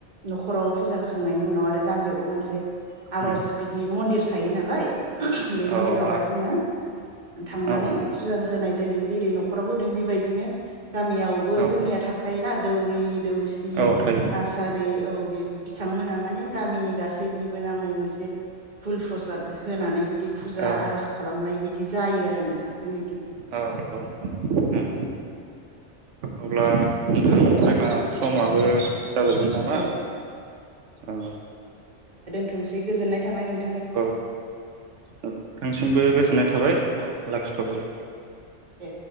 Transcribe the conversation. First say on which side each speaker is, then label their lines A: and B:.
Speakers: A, on the right (about 40°); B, on the right (about 80°).
A: न'खराव फुजा होखांनायनि उनाव आरो गामियावबो मोनसे आर'ज
B: उम
A: बिदि मन्दिर थायो नालाय बे मन
B: औ
A: मन्दिरावहा
B: आरो
A: जोङो थांनानै
B: औ
A: फुजा होनाय जायो जेरै न'खराव होदों बेबायदिनो गामियावबो
B: औ
A: जोंनिया थाखायोना दौरि दौसि
B: औ थायो
A: आसारि औ बिथांमोना माने गामिनि गासिनिबो नामै मोनसे फुल प्रसाद होनानै बिदि फुजा
B: औ औ
A: आर'ज खालामनाय बिद दि जायो आरो नोंथां जोंनि
B: औ औ उम। अब्ला नोंथां जोंना समाबो जाबायमोन नामा
A: औ
B: औ।
A: थनसै गोजोननाय थाबाय नों
B: औ, औ नोंथांसिमबो गोजोननाय थाबाय औ लाखिथ'बाय दे।
A: दे